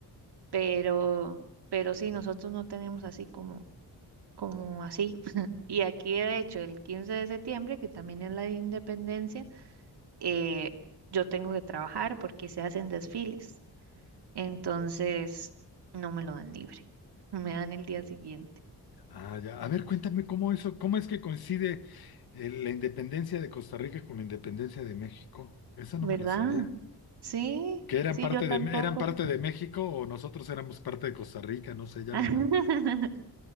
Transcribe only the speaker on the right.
pero, pero sí, nosotros no tenemos así como, como así. <laughs> Y aquí, de hecho, el 15 de septiembre, que también es la de independencia, eh, yo tengo que trabajar porque se hacen desfiles. Entonces, no me lo dan libre, me dan el día siguiente.
¿Verdad?
Sí,
sí,
yo tampoco.
<laughs>